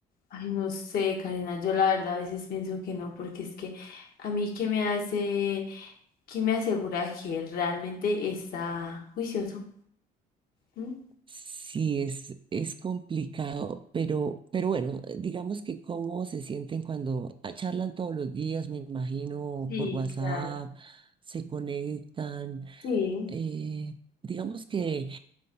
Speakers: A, on the left; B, on the right.
A: Ay, no sé, Karina, yo la verdad a veces pienso que no, porque es que a mí que me hace, que me asegura que él realmente está juicioso. ¿Mm?
B: Sí, es, es complicado, pero, pero bueno, eh, digamos que cómo se sienten cuando ah, charlan todos los días, me imagino,
A: Sí,
B: por WhatsApp,
A: claro.
B: se conectan.
A: Sí,
B: eh, digamos que